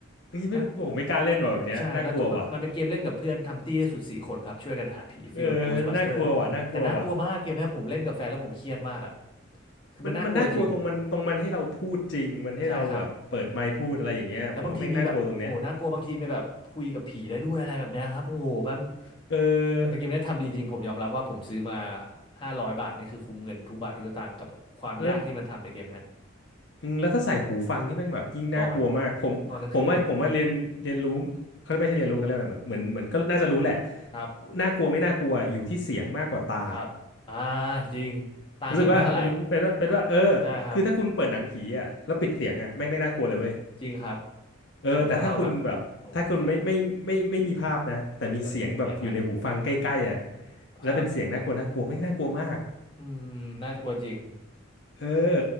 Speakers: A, on the left; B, on the left.
A: เฮ้ยไม่ผมไม่กล้าเล่นว่ะแบบเนี้ยน่ากลัวว่ะ
B: นะใช่แล้วต้องมันมันเป็นเกมเล่นกับเพื่อนทำตี้ได้สุดสี่คนครับช่วยกันหาผีฟีลแบบ
A: เออ
B: Ghostbuster
A: น่ากลัวว่ะน่ากลัวว่ะ
B: แต่น่ากลัวมากเกมเนี้ยผมเล่นกับแฟนแล้วผมเครียดมากอ่ะคือมันน่ากลัวจริง
A: มันมันน่ากลัวตรงมันตรงมันให้เราพูดจริงมันให้เราแบบเปิดไมค์พูดอะไรอย่างเงี้ยผมว่าแม่งน่ากลัวตรงเนี้ย
B: ใช่ครับ แล้วบางทีมีแบบโอ้โหน่ากลัวบางทีมีแบบคุยกับผีได้ด้วยอะไรแบบเนี้ยครับโอ้โหมัน
A: เออ
B: แต่เกมเนี้ยทำดีจริงผมยอมรับว่าผมซื้อมาห้าร้อยบาทนี่คือคุ้มเงินทุกบาททุกสตางค์กับความยากที่มันทำในเกมเนี้ย
A: แล้วอืมแล้วถ้าใส่หูฟังนี่แม่งแบบยิ่งน่ากลัวมากผมผมว่าผมว่าเรียนเรียนรู้
B: หลอนตอนกลางคืนอีก
A: เขาไม่ใช่เรียนรู้เขาเรียกอะไรเหมือนเหมือนเหมือนก็น่าจะรู้แหละ
B: ครับ
A: น่ากลัวไม่น่ากลัวอยู่ที่เสียงมากกว่าตา
B: ครับอ่าจริงตาเห็นไม่เท่าไหร่
A: รู้สึกว่าเออรู้เป็นว่าเป็นว่าเออ
B: ใช่ครับ
A: คือถ้าคุณเปิดหนังผีอ่ะแล้วปิดเสียงอ่ะแม่งไม่น่ากลัวเลยเว้ย
B: จริงครับ
A: เออแต่ถ้าคุณแบบถ้าคุณไม่ไม่ไม่ไม่ไม่มีภาพนะแต่มีเสียงแบบอยู่ในหูฟังใกล้ๆอ่ะ
B: แต่ถ้าเราแบบโอ้ my god เราได้ยินเสียงอะ
A: แล้วเป็นเสียงน่ากลัวน่ากลัวแม่งน่ากลัวมาก
B: ครับอืมน่ากลัวจริง
A: เออ